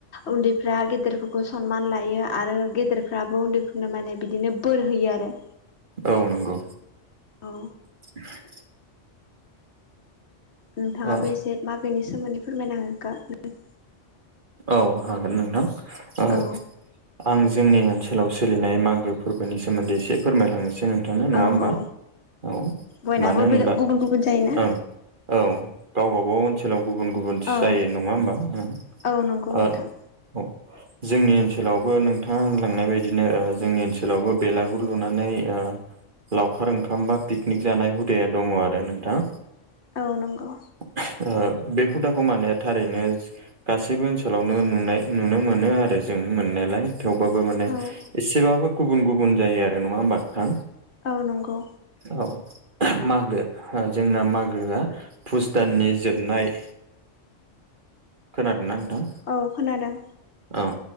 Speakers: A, on the left (about 60°); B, on the right (about 45°).
A: उन्दैफ्रा गेदेरफोरखौ सनमान लायो आरो गेदेर फ्राबो उन्दैफोरनो माने बिदिनो बोर होयो आरो।
B: औ नंगौ।
A: औ।
B: <inaudible>
A: नोंथाङाबो
B: ओ
A: एसे मागैनि सोमोन्दै फोरमायना होगो <unintelligible>
B: औ हागोन नोंथां। ओ
A: औ
B: आं जोंनि ओ नसोलाव सोलिनाय मागो फोरबोनि सोमोन्दै एसे फोरमायलांनोसै नोंथांनो नङा
A: औ
B: होमबा?
A: औ
B: औ
A: बयनाबो
B: मानो होनबा
A: बेलेग गुबुन गुबुन जायोना
B: ओं औ गावबा गाव ओनसोलाव गुबुन गुबुनथि
A: अ
B: जायो नङा होमबा ओं।
A: औ नंगौ
B: ओ
A: नोंथां।
B: औ। जोंनि ओनसोलावबो नोंथाङा होनलांनाय बायदिनो ओ जोंनि ओनसोलावबो बेलागुर लुनानै ओ लावखार ओंखाम बा पिकनिक जानाय हुदाया दङ आरो नोंथां।
A: औ नंगौ।
B: <inaudible> ओ बे हुदाखौ माने थारैनो गासैबो ओनसोल लावनो नुनाय नुनो मोनो आरो जों मोननायालाय, थेवबाबो माने
A: औ
B: एसेबाबो गुबुन गुबुन जायो आरो नङा होमबा नोंथां।
A: औ नंगौ।
B: औ मागो जोंना मागोआ पुस दाननि जोबनाय खोनादोंना नोंथां?
A: औ खोनादों।
B: औ